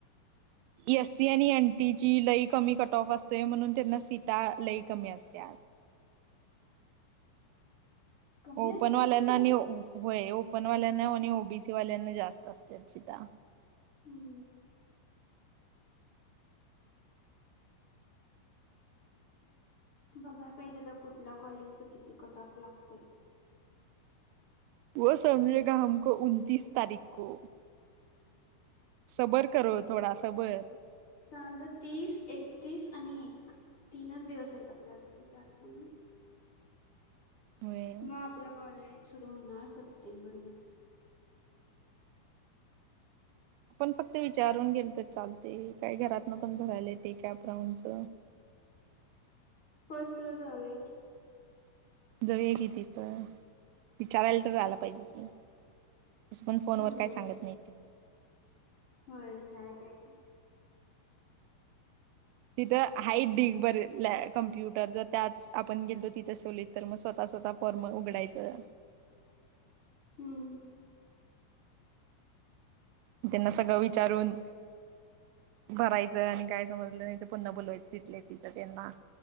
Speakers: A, on the right; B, on the left.
A: एस सी आणि एन टी ची लई कमी कटऑफ असतोय म्हणून त्यांना सीटा लई कमी असत्यात
B: कमी
A: ओपन
B: असतात
A: वाल्यांना
B: त्यांना
A: आणि होय ओपन वाल्यांना आणि ओ बीसी वाल्यांना जास्त असत्यात सिटा.
B: हम्म बघाय पाहिजे ते कुठल्या कॉलेजच किती कट ऑफ लागतय.
A: वो समजेगा, हमको उनतीस तारीख को. सबर करो, थोडा सबर
B: सांग <unintelligible> तीस एकतीस आणि एक तीनच दिवस आहेत आपल्याकड <unintelligible>
A: होय.
B: मग आपल कॉलेज सुरू होणार. सप्टेंबरमध्ये.
A: आपण फक्त विचारून गेल तर चालते. काही घरातन पण भरायला येते कॅप राऊंडच.
B: फर्स्टला जाऊया की. <unintelligible>
A: जाऊया कि तिथ विचारायला <unintelligible> तर जायला पाहिजे की. तस पण फोन वर
B: हम्म
A: काय सांगत नाही ते
B: होय विचाराय पाहिजे.
A: तिथं हाईत ढीगभर कम्प्युटर जर त्याच आपण गेलो तिथं खोलीत <inaudible> तर मग स्वतः स्वतः फॉर्म उघडायचं.
B: हम्म
A: त्यांना सगळं विचारून. भरायचं आणि काय समजलं नाही तर. पुन्हा बोलवायच तिथंल्या तिथ त्यांना